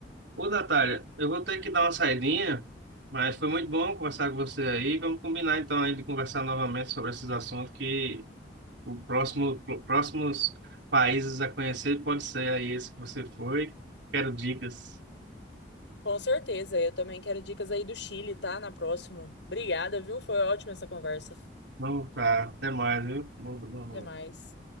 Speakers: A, on the right; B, on the left.
A: Ô, Natália, eu vou ter que dar uma saidinha, mas foi muito bom conversar com você aí. Vamos combinar então aí de conversar novamente sobre esses assuntos que O próximo, pro- próximos países a conhecer pode ser aí esse que você foi. Quero dicas.
B: Com certeza. Eu também quero dicas aí do Chile, tá? Na próxima. Obrigada, viu? Foi ótima essa conversa.
A: Vamos, tá. Até mais, viu? Bom, bom,
B: Até mais.